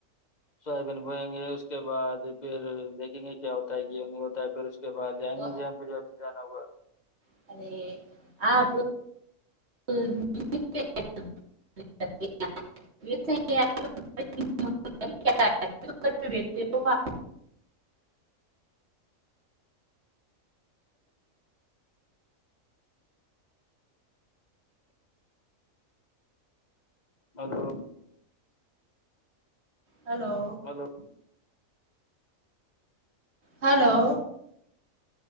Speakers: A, on the left; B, on the right.
A: سویابین بوئیں گے اس کے بعد پھر دیکھیں گے کیا ہوتا ہے کیوں نہیں ہوتا ہے پھر اس کے بعد جائیں
B: تو
A: گے جہاں پہ جہ پہ جانا ہوگا
B: <unintelligible> <unintelligible> <unintelligible>
A: hello
B: hello
A: hello
B: hello